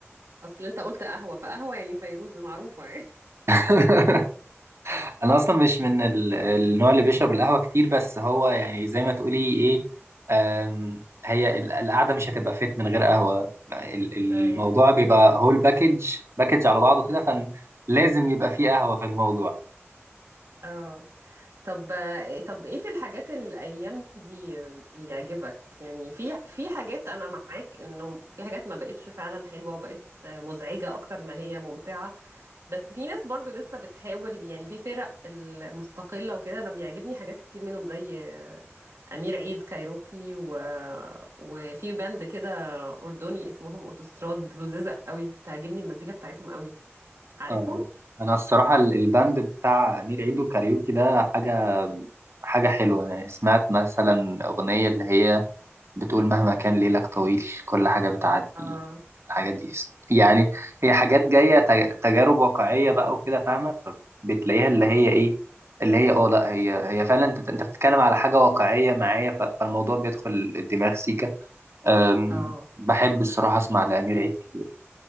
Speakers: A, on the right; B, on the right.
A: اصل انت قلت قهوة فقهوة يعني فيروز معروفة يعني
B: <laughs> انا اصلا مش من ال- النوع اللي بيشرب القهوه كتير بس هو يعني زي ما تقولي ايه أم، هي ال- القعده مش هتبقى فيت من غير قهوه ال-
A: <laughs>
B: الموضوع
A: اي
B: بيبقى هول باكج باكج على بعضه كده فلازم يبقى فيه قهوه في الموضوع
A: اه طب طب ايه في الحاجات الايام دي بيعجبك يعني في في حاجات انا معاك انه في حاجات ما بقتش فعلا حلوة وبقت مزعجة اكتر ما هي ممتعة بس في ناس برضو لسه بتحاول يعني في فرق المستقلة وكده انا بيعجبني حاجات كتير منهم زي امير عيد كايروكي و... وفي باند كده اردني اسمهم اوتوستراد لذيذه قوي بتعجبني المزيكا بتاعتهم قوي عارفهم
B: اه انا الصراحه ال- الباند بتاع امير عيد وكاريوكي ده حاجه حاجه حلوه انا سمعت مثلا اغنيه اللي هي بتقول مهما كان ليلك طويل كل حاجة بتعدي
A: اه
B: الحاجات دي يعني هي حاجات جاية تج- تجارب واقعية بقى وكده فاهمة فبتلاقيها اللي هي ايه اللي هي اه لا هي هي فعلا انت انت بتتكلم على حاجة واقعية معايا ف- فالموضوع بيدخل الدماغ سيكا أم،
A: اه
B: بحب الصراحة اسمع لأمير عيد كتير